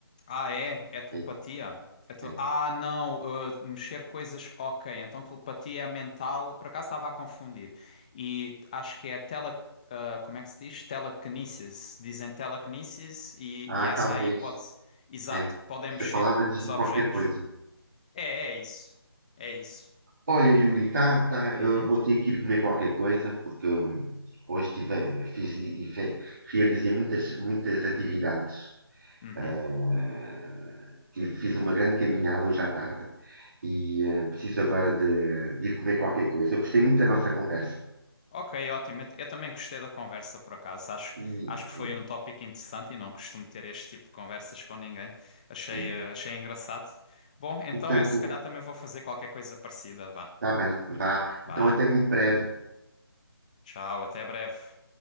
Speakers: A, on the left; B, on the right.
A: Ah, é? É telepatia?
B: É,
A: É tel-
B: é.
A: Ah, não, uh, mexer coisas. Ok, então telepatia é mental. Por acaso estava a confundir. E acho que é tele. uh, como é que se diz? Telekinesis. Dizem telekinesis e,
B: Ah,
A: e
B: É.
A: essa
B: talvez.
A: aí pode. Exato,
B: É.
A: podem
B: Essa
A: mexer
B: palavra
A: o-
B: diz-me
A: os objetos.
B: qualquer coisa.
A: É, é isso. É isso.
B: Olha, Yuri, tá, tá, eu
A: Uhum,
B: vou ter que ir comer qualquer coisa, porque hum, hoje tive, a- fiz e, e fe- realizei muitas, muitas atividades.
A: uhum.
B: Ah, tive- fiz uma grande caminhada hoje à tarde e ah, preciso agora de, de ir comer qualquer coisa. Eu gostei muito da nossa conversa.
A: Ok, ótimo. Eu eu também gostei da conversa, por acaso. Acho,
B: E,
A: acho que foi
B: eh,
A: um tópico interessante e não costumo ter este tipo de conversas com ninguém. Achei,
B: eh,
A: eh, achei engraçado. Bom, então
B: portanto,
A: eu se calhar também vou fazer qualquer coisa parecida. Vá.
B: está bem, vá.
A: Então, vá.
B: Então, até muito breve.
A: Tchau, até breve.